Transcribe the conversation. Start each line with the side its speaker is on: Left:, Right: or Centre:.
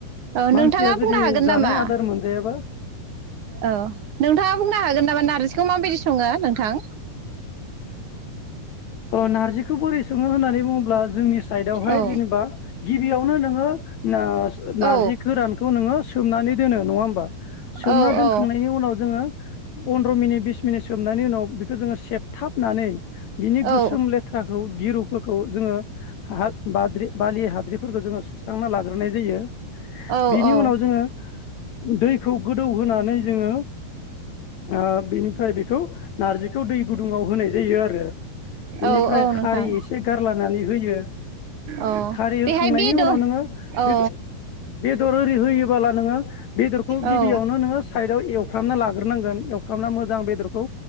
Right: औ
Left: मानसिया
Right: नोंथाङा
Left: जुदि
Right: बुंनो हागोन
Left: जानाय
Right: नामा
Left: आदार मोनजायाबा
Right: औ नोंथाङा बुंनो हागोन नामा नारजिखौ माबायदि सङो नों थां
Left: अ नारजिखौ बोरै सङो होननानै बुङोब्ला जोंनि स साइदावहाय
Right: औ
Left: जेनेबा गिबियावनो नोङो नास नारजि
Right: औ
Left: गोरानखौ नों नोङो सोमनानै दोनो नङा होमबा। सोमना
Right: औ
Left: दोनखांनायनि
Right: औ
Left: उनाव जोङो फन्द्र मिनिट बिस मिनिट सोमनायनि उनाव बेखौ जोङो सेबथाबनानै बिनि गोस
Right: औ
Left: लेथ्राखौ गिरुफोरखौ जोङो हाद बाद्रि बालि हाद्रिब फोरखौ जोङो सुस्रांना लाग्रोनाय जायो।
Right: औ
Left: बिनि उनाव जोङो दैखौ गोदौ होनानै जोङो ओ बेनिफ्राय बेखौ नारजिखौ दै गुदुङाव होनाय जायो आरो। बेनिफ्राय
Right: औ औ
Left: खारै
Right: नोंथां
Left: एसे गारलायनानै होयो
Right: औ
Left: खारै होखांनायनि
Right: बेहाय बेदर
Left: उनाव नोङो
Right: औ
Left: बे बेदर ओरि होयोबोला नोङो बेदरखौ गिबियावनो
Right: औ
Left: नोङो साइदआव एवफ्रामना लाग्रोनांगोन एवफ्रामना मोजां बेदरखौ